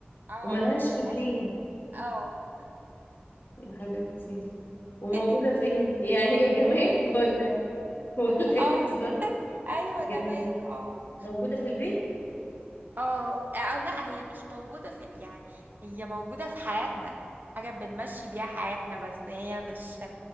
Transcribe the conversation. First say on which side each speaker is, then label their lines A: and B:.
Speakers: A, on the right; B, on the left.
A: اه
B: وملهاش
A: وملهاش
B: رجلين
A: اه
B: يا حبيبتي وموجودة
A: <laughs>
B: فين يعني ايه جماد ولا <laughs> ولا ايه
A: اه
B: بالظبط
A: ايوه
B: جماد
A: جماد اه
B: موجودة في البيت
A: اه او لا هي مش موجودة في ال- يعني هي موجودة في حياتنا حاجة بنمشي بيها حياتنا بس هي مش